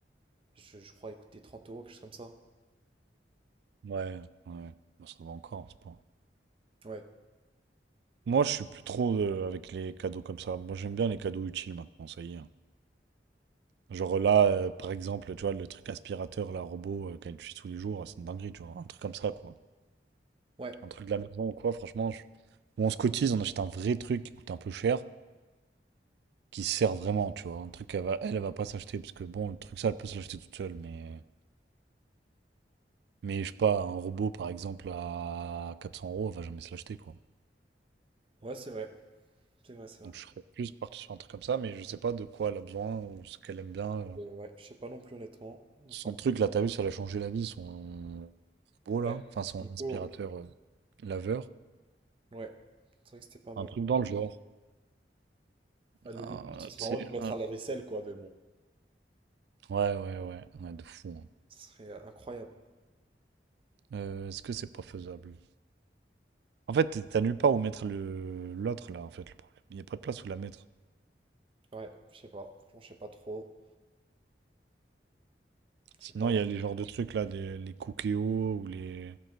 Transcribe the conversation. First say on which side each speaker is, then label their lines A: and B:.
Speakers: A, on the right; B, on the right.
A: je, je crois, il coûtait 30 euros, quelque chose comme ça.
B: Ouais, ouais, Bon, ça va encore, c'est pas.
A: Ouais,
B: Moi, je suis plus trop euh, avec les cadeaux comme ça. Moi, j'aime bien les cadeaux utiles maintenant, ça y est. hein. Genre là, euh, par exemple, tu vois, le truc aspirateur, là, robot euh, qu'elle utilise tous les jours, ah, c'est une dinguerie, tu vois. Un truc comme ça, quoi.
A: ouais,
B: Un truc de la maison ou quoi, franchement, je- ou on se cotise, on achète un vrai truc qui coûte un peu cher, qui sert vraiment, tu vois. Un truc qu'elle va, elle, elle va pas s'acheter, parce que bon, le truc ça, elle peut se l'acheter toute seule, mais. Mais je sais pas, un robot par exemple à 400 euros, elle va jamais se l'acheter quoi.
A: ouais, c'est vrai. C'est vrai, c'est vrai.
B: Donc je serais plus parti sur un truc comme ça, mais je sais pas de quoi elle a besoin ou ce qu'elle aime bien. euh.
A: Euh, ouais, je sais pas non plus honnêtement. On
B: Son
A: n'a pas parlé.
B: truc là, t'as vu, ça l'a changé la vie, son robot
A: Ouais,
B: là, enfin
A: petit
B: son
A: Nico.
B: aspirateur euh, laveur.
A: Ouais, c'est vrai que c'était pas mal.
B: Un truc dans le genre.
A: Bah, le,
B: Un-
A: le but, ce serait
B: tu
A: vraiment
B: sais,
A: de lui mettre
B: un-
A: à la vaisselle, quoi, mais bon.
B: Ouais, ouais, ouais, ouais, de fou. hein.
A: Ce serait euh, incroyable.
B: Euh, est-ce que c'est pas faisable? En fait, t'es- t'as nulle part où mettre le l'autre là, en fait, le problème. Il n'y a pas de place où la mettre.
A: Ouais, je sais pas. Franchement, je sais pas trop.
B: Sinon,
A: Je sais pas.
B: il y a les genres de trucs là, des... les Cookéo ou les.